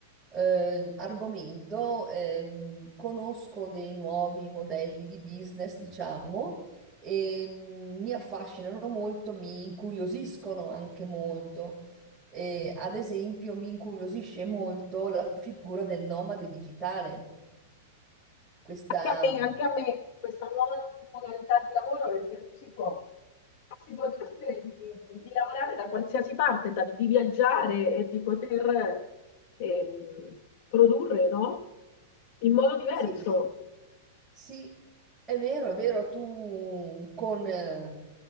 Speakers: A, in the centre; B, on the left (about 50°).
A: eh, argomento. ehm, conosco dei nuovi modelli di business, diciamo, e mm, mi affascinano molto, mi incuriosiscono anche molto. Eh, ad esempio, mi incuriosisce molto la figura del nomade digitale. Questa,
B: Anche a me, anche a me questa nuova modalità di lavoro è per cui si può, si può decidere di, di lavorare da qualsiasi parte, da- di viaggiare e di poter ehm, produrre, no? In modo diverso.
A: sì, Sì, è vero, è vero, tu con eh,